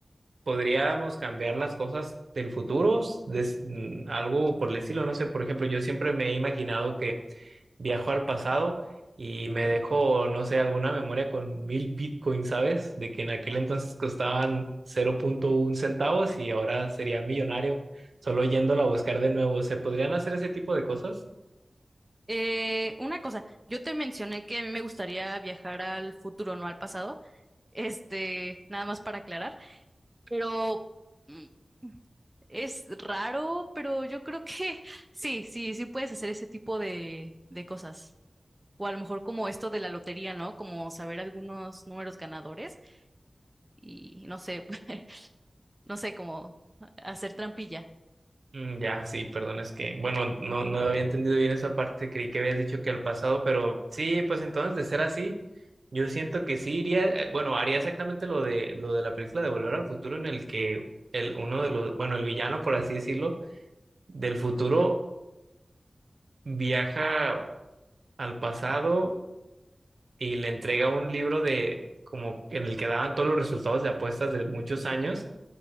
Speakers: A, on the right (about 70°); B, on the right (about 15°).
A: podríamos cambiar las cosas del futuro, des- mm, algo por el estilo, no sé, por ejemplo, yo siempre me he imaginado que viajo al pasado y me dejo, no sé, alguna memoria con mil bitcoins, ¿sabes? De que en aquel entonces costaban 0.1 centavos y ahora sería millonario, solo yéndola a buscar de nuevo. ¿Se podrían hacer ese tipo de cosas?
B: Eh, una cosa, yo te mencioné que a mí me gustaría viajar al futuro, no al pasado, este, nada más para aclarar, pero... mm, Es raro, pero yo creo que <laughs> sí, sí, sí puedes hacer ese tipo de, de cosas. O a lo mejor como esto de la lotería, ¿no? Como saber algunos números ganadores y no sé, <laughs> no sé, como hacer trampilla.
A: Mm, Ya, sí, perdón, es que, bueno, no, no había entendido bien esa parte, creí que habías dicho que al pasado, pero sí, pues entonces de ser así, yo siento que sí iría, eh, bueno, haría exactamente lo de, lo de la película de Volver al Futuro, en el que el, uno de los, bueno, el villano, por así decirlo, del futuro viaja al pasado y le entrega un libro de, como en el que daban todos los resultados de apuestas de muchos años.